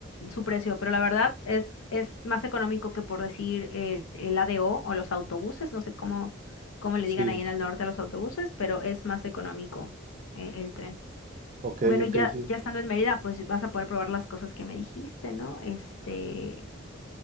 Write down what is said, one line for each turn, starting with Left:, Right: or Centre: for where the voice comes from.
Left: su precio, pero la verdad es, es más económico que por decir el, el ADO o o los autobuses, no sé cómo, cómo le
Right: Sí,
Left: digan ahí en el norte a los autobuses, pero es más económico e- el, tren.
Right: ok,
Left: Bueno,
Right: ok,
Left: ya,
Right: sí.
Left: ya estando en Mérida, pues vas a poder probar las cosas que me dijiste, ¿no? Este,